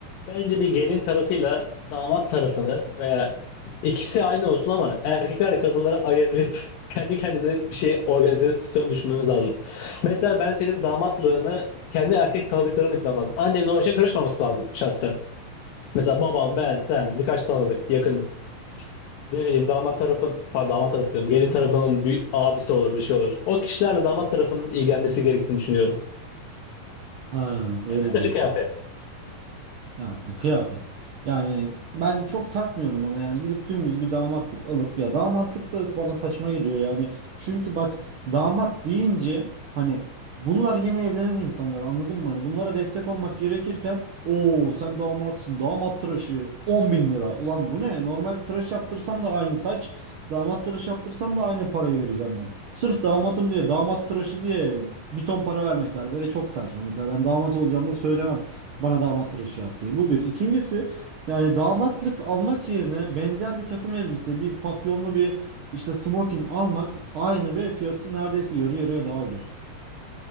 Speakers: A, on the left; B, on the right.
A: Bence bir gelin tarafıyla damat tarafını veya ikisi aynı olsun ama erkekler kadınları ayırıp kendi kendimize bir şey organizasyon düşünmemiz lazım. Mesela ben senin damatlığını kendi erkek tanıdıklarına ikna lazım. Annemin o işe karışmaması lazım şahsen. Mesela babam, ben, sen, birkaç tanıdık, yakın, ne bileyim damat tarafın, pardon damat tarafı diyorum, gelin tarafının bir abisi olur, bir şey olur. O kişilerle damat tarafının ilgilenmesi gerektiğini düşünüyorum.
B: Ha, öyle
A: Yani kısaca
B: diyorsun.
A: kıyafet.
B: Ha, e, kıyafet. Yani ben çok takmıyorum ona yani gidip dümdüz bir damatlık alıp ya damatlık da bana saçma geliyor yani. Çünkü bak damat deyince hani bunlar yeni evlenen insanlar anladın mı? Hani bunlara destek olmak gerekirken o sen damatsın damat tıraşı on bin lira. Ulan bu ne? Normal tıraş yaptırsam da aynı saç damat tıraşı yaptırsam da aynı parayı vereceğim ben. Sırf damatım diye damat tıraşı diye bir ton para vermek berbere çok saçma. Mesela ben damat olacağım da söylemem. Bana damat tıraşı yap diye. Bu bir. İkincisi yani damatlık almak yerine benzer bir takım elbise, bir papyonlu bir işte smokin almak aynı ve fiyatı neredeyse yarı yarıya daha ucuz.